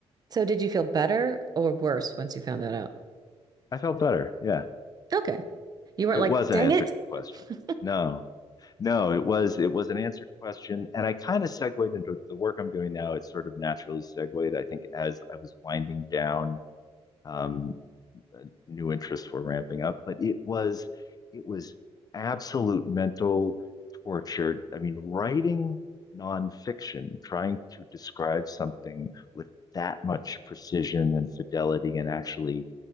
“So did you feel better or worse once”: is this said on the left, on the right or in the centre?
Right